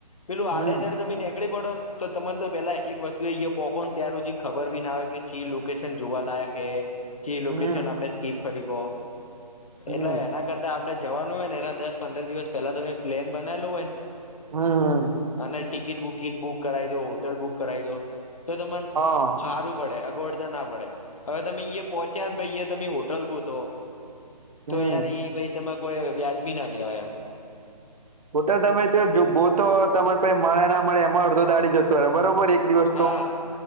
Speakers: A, on the left; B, on the right.
A: પેલું
B: હમ
A: આડેધડે તમે નેકળી પડોન તો તમને તો પેલા એક વસ્તુ એ પોકોન ત્યાર હી ખબર બી ના આવે કે ચી લોકેશન જોવા લાયક હે જે લોકેશન
B: હમ
A: આપણે સ્કીપ કરી ગ
B: હમ
A: એટલે એના કરતા આપડે જવાનું હોય ને એના દસ પંદર દિવસ પહેલા તોમે પ્લેન બનાલું હોયને
B: હમ
A: અને ટિકિટ બુકીટ બુક કરાવી દો હોટેલ બુક કરાવી દો તો તને
B: હા
A: સારું પડે ગોડતા ના પડે હવે તમે અ પોહોંચ્યા નેયા તમે હોટલ ગોતો
B: હમ
A: તો યાર પાઈ તમે કોઈ વ્યાજબી ના કેહેવાય એમ
B: બટલ તમે જો ગોતો તને પ મળે ના મળે એમાં અડધો દાઢડી જતો હો બરોબર એક દિવસ
A: હા
B: તો